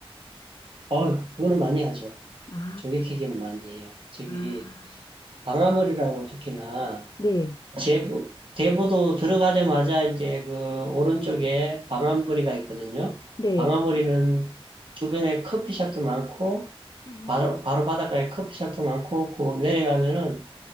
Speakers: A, on the right; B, on the left.
A: 어, 그거는 많이 하죠.
B: 아,
A: 조개캐기는 많이 해요. 저기
B: 아,
A: 방아머리라고 특히나
B: 네.
A: 제부 대부도 들어가자마자 이제 그 오른쪽에 방아머리가 있거든요.
B: 네.
A: 방아머리는 주변에 커피숍도 많고
B: 아,
A: 바로 바로 바닷가에 커피숍도 많고 그 내려가면은